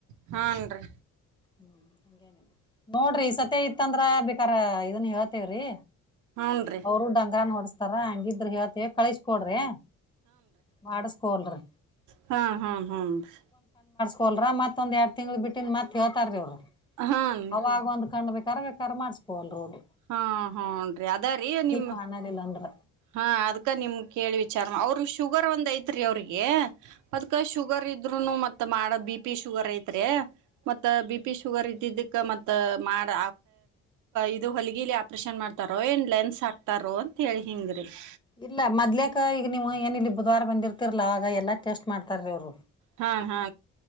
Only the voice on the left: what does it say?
ಹ್ಮ್ ಹಂಗೇನಿಲ್ಲ ನೋಡ್ರಿ ಈ ಸತಿ ತಿ ಇತ್ತಂದ್ರ ಬೇಕಾರ ಇದನ್ ಹೇಳ್ತಿವ್ರಿ
ಅವ್ರು <unintelligible> ತರಾ ಹಂಗಿದ್ರೆ ಹೇಳ್ ತಿವ್ ಕಳಿಸ್ಕೊಡ್ರಿ ಮಾಡಸ್ಕೋಳ್ರಿ.
ಕೊಲ್ರ ಮತ್ತೊಂದು ಎರಡು ತಿಂಗಳ ಬಿಟ್ಟಿದಂದು ಮತ್ತ ಹೇತಾರ ರೀ ಅವರು.
ಅವಾಗ ಒಂದ್ ಕಾಣ್ಬೇಕು. ಕರವೇ ಕರ್ ಮಾಡಸ್ಕೋಲ್ ರೋಡ್
ಕಾಣಲಿಲ್ಲ ಅಂದ್ರ
ಇಲ್ಲ ಮದ್ಲಕ್ಕ ಈಗ ನೀವು ಏನ ಇಲ್ಲಿ ಬುಧವಾರ ಬಂದಿರ್ತಿರ್ಲ ಅವಾಗ ಎಲ್ಲಾ ಟೆಸ್ಟ್ ಮಾಡ್ತಾರೀ ಅವ್ರು.